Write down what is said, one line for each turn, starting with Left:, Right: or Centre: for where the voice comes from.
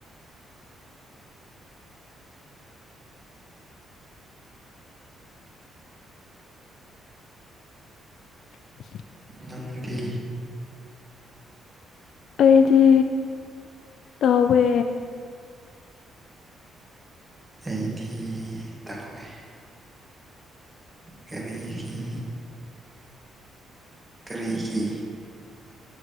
Left: <unintelligible>
Right: ꯅꯪꯗꯤ
Left: ꯑꯩꯗꯤ ꯇꯧꯋꯦ
Right: ꯑꯩꯗꯤ ꯇꯧꯋꯦ ꯀꯔꯤꯒꯤ ꯏꯒꯤ